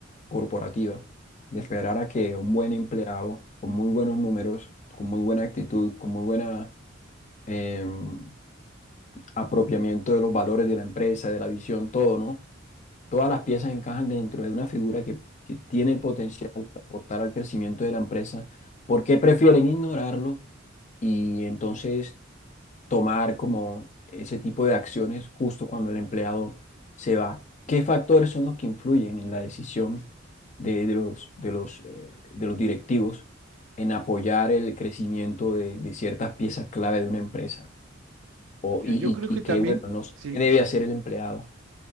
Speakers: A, on the left; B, on the right.
A: corporativa de esperar a que un buen empleado con muy buenos números, con muy buena actitud, con muy buena em, apropiamiento de los valores de la empresa, de la visión, todo, ¿no? Todas las piezas encajan dentro de una figura que, que tiene el potencial para aportar al crecimiento de la empresa. ¿Por qué prefieren ignorarlo? Y entonces tomar como ese tipo de acciones justo cuando el empleado se va. ¿Qué factores son los que influyen en la decisión de, de los, de los, eh, de los directivos en apoyar el crecimiento de, de ciertas piezas clave de una empresa? O,
B: Mira,
A: y,
B: yo
A: y,
B: creo que
A: y qué,
B: también,
A: bueno, no sé,
B: sí,
A: qué debe hacer el empleado.